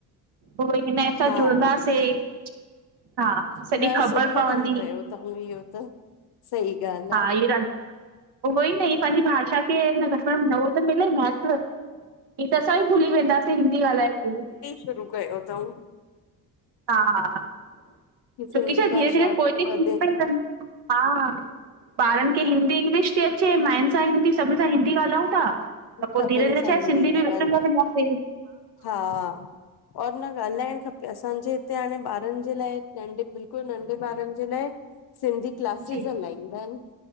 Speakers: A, on the right; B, on the left.
A: पो हिनसां
B: हा
A: जुड़ंदासीं।
B: <inaudible>
A: हा सॼी
B: न
A: ख़बर
B: सुठो
A: पवंदी
B: कमु कयो थऊं इहो त, सही ॻाल
A: हा
B: आ।
A: इहे ॾाढी उहो ई न, ई पंहिंजी भाषा खे न घट में घट न उहो त मिले महत्व। हींअ त असां बि भुली वेंदासीं हिंदी ॻाल्हाए करे।
B: शरू कयो तंउं।
A: हा, <unintelligible>
B: की सिंधी
A: चुकी छा
B: भाषा
A: धीरे धीर
B: अॻिते
A: पोइ च
B: वधे
A: हा ह ॿारनि खे हिंदी इंग्लिश थी अचे, माइयुनि सां हिंदी, सभिनीन सां हिंदी ॻाल्हायूं था।
B: सभिनि
A: त पो धीरे धीरे
B: सां
A: छाहे
B: हिंदी
A: सिंधी बि
B: था ॻाल्हायूं
A: विसरिंदा वेंदासीं।
B: हा और न ॻाल्हाइणु खपे, असांजे हिते हाणे ॿारन जे लाए नंढे बिल्क नंढे ॿारनि जे लाइ सिंधी क्लासेिस
A: जी
B: हलाईंदा आहिन।